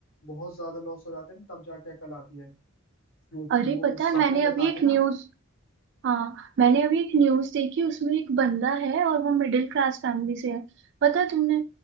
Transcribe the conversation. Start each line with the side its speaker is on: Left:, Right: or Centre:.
Left: बहुत ज्यादा लॉस हो जाते हैं ना तब जाके अकल आती है वो
Right: अरे
Left: वो
Right: पता
Left: सपने
Right: है मैंने
Left: दिखाते
Right: अभी एक
Left: हैं ना
Right: न्यूज हाँ मैंने अभी एक न्यूज देखी उसमें एक बंदा है और वो मिडिल क्लास फैमिली से है पता है तुमने